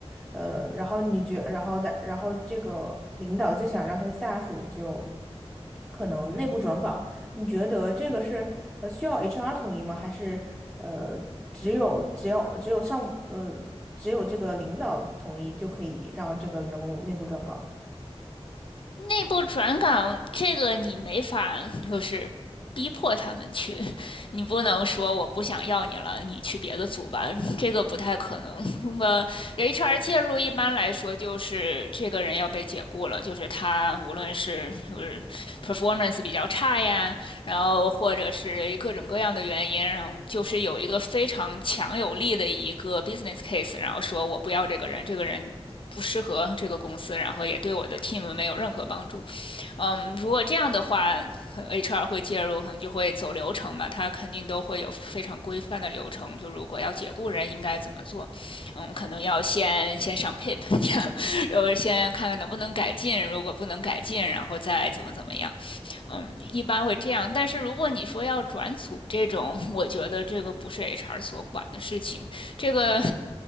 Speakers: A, in the centre; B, on the left.
A: 呃，然后你觉然后的然后这个领导就想让他下属就可能内部转岗，你觉得这个是呃需要 HR 统一吗？还是呃只有只要只有上呃只有这个领导统一就可以让这个员工内部转岗
B: 内部转岗这个你没法就是逼迫他们去，你不能说我不想要你了，你去别的组吧，这个不太可能。那么 HR 介入，一般来说就是这个人要被解雇了，就是他无论是就是 performance 比较差呀，然后或者是各种各样的原因，然后就是有一个非常强有力的一个 business case，然后说我不要这个人，这个人不适合这个公司，然后也对我的 team 没有任何帮助。嗯，如果这样的话，HR 会介入，可能就会走流程嘛，他肯定都会有非常规范的流程。就如果要解雇人，应该怎么做？嗯，可能要先先上 PIP，<laughs> 然后先看看能不能改进，如果不能改进，然后再怎么怎么样。一般会这样，但是如果你说要转组这种，我觉得这个不是 HR 所管的事情，这个